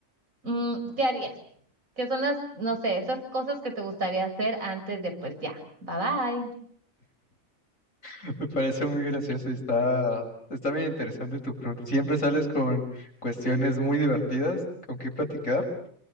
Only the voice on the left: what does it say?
Me parece muy gracioso y está, está bien interesante tu pregunta. Siempre sales con cuestiones muy divertidas con qué platicar.